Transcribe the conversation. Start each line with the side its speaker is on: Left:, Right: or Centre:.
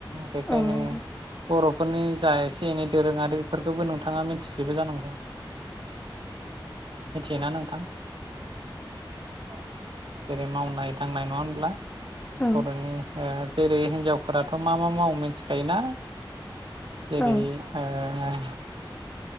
Right: बेखायनो
Left: औ नंगौ
Right: बर'फोरनि जा एसे एसे एनै दोरोङारि बेफोरखौबो नोंथाङा मिथिजोबो जानांगौ मिथियोना नोंथां औ जेरै मावनाय दांनाय नङा होनब्ला
Left: ओं
Right: फरायनाय जेरै हिनजावफोराथ' मा मा मावो मिथिखायो ना? जेरै
Left: ओं
Right: आ <unintelligible>